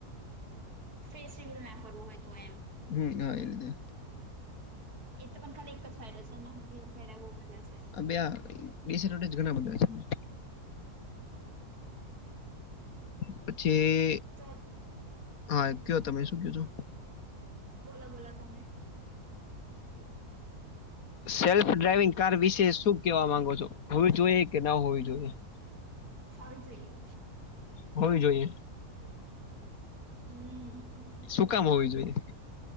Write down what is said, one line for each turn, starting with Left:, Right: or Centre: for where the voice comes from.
Right: ફેસ રિંગ ના કરવું હોય તો એમ
Left: હમ્મ હા એ રીતે
Right: એ તો પણ ખાલી એક જ સાઈડે છે બે સાઈડ બહુ બધા છે.
Left: અ બે આ ડીસ એડવાન્ટેજ ઘણા બધા છે <inaudible> પછી
Right: તો
Left: હા એમ કયો તમે શું કયો છો
Right: બોલા બોલા તમે
Left: સેલ્ફ ડ્રાઈવિંગ કાર વિશે શું કેવા માંગો છો હોવી જોઈએ કે ના હોવી જોઈએ?
Right: હોવી જોઈએ.
Left: હોવી જોઈએ.
Right: હમ્મ.
Left: શું કામ હોવી જોઈએ?